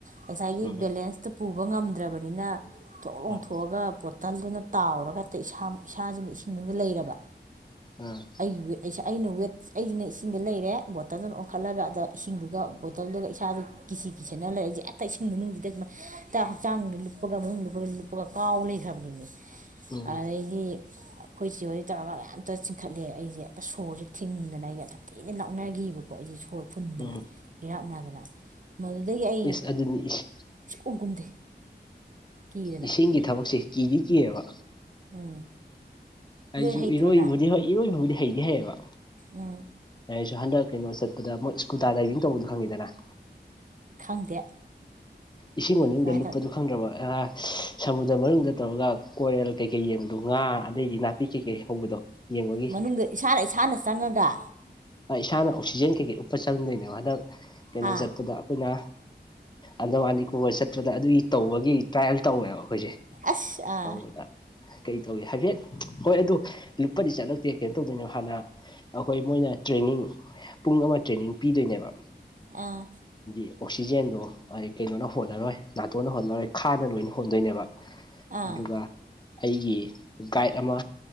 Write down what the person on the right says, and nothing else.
ꯉꯁꯥꯏꯒꯤ
ꯕꯦꯂꯦꯟꯁꯇꯣ ꯄꯨꯕ ꯉꯝꯗ꯭ꯔꯕꯅꯤꯅ ꯊꯣꯛ ꯂꯣꯡꯊꯣꯛꯑꯒ
ꯕꯣꯇꯜꯗꯨꯅ ꯇꯥꯎꯔꯒ ꯏꯁꯥ ꯏꯁꯥꯁꯤꯅ ꯏꯁꯤꯡꯗꯨꯗ ꯂꯩꯔꯕ
ꯑꯩꯒꯤ ꯑꯩꯁꯦ ꯑꯩꯅ ꯋꯦꯠ ꯑꯩꯁꯤꯅ ꯏꯁꯤꯡꯗ ꯂꯩꯔꯦ ꯕꯣꯇꯜꯗꯅ ꯑꯣꯟꯈꯠꯂꯒ ꯑꯗ ꯏꯁꯤꯡꯗꯨꯒ ꯕꯣꯇꯜꯗꯨꯒ ꯏꯁꯥꯗꯨ ꯀꯤꯁꯤ ꯀꯤꯁꯟꯂꯒ ꯂꯩꯔꯛꯏꯁꯦ ꯍꯦꯛꯇ ꯏꯁꯤꯡ ꯃꯅꯨꯡꯁꯤꯗ ꯁꯨꯃꯥꯏꯅ ꯍꯦꯛꯇ ꯍꯛꯆꯥꯡꯗ ꯂꯨꯞꯄꯒ ꯃꯅꯨꯡ ꯂꯨꯞꯄꯒꯨꯞ ꯑꯗꯨꯒ ꯀꯥꯎ ꯂꯩꯈ꯭ꯔꯕꯅꯤꯅꯦ
ꯑꯗꯩꯗꯤ ꯑꯩꯈꯣꯏ ꯆꯦꯍꯣꯏ ꯇꯧꯔꯒ ꯀ ꯆꯤꯡꯈꯠꯂꯦ ꯑꯩꯁꯦ ꯑ ꯁꯣꯔꯁꯦ ꯊꯤꯡꯗꯅ ꯑꯩꯁꯦ ꯌꯥꯝ ꯊꯤꯅ ꯂꯥꯛꯅꯈꯤꯕꯀꯣ ꯀꯣ ꯑꯩꯁꯦ ꯁꯣꯔ ꯐꯨꯟꯗꯅ
ꯏꯔꯥꯛꯅꯗꯅ ꯃꯗꯨꯗꯒꯤ ꯑꯩ
ꯁꯨꯛꯀꯨꯝ ꯀꯨꯝꯗꯦ ꯀꯤꯗꯅ
ꯎꯝ
ꯏꯔꯣꯏ ꯍꯩꯇ꯭ꯔꯣ
ꯅꯪ
ꯎꯝ
ꯈꯪꯗꯦ
ꯀꯃꯥꯏꯅ
ꯇꯧ
ꯃꯅꯨꯡꯗ ꯏꯁꯥꯅ ꯏꯁꯥꯅ ꯆꯪꯉꯒ
ꯑꯥ
ꯑꯁ ꯑꯥ
ꯑꯥ
ꯑꯥ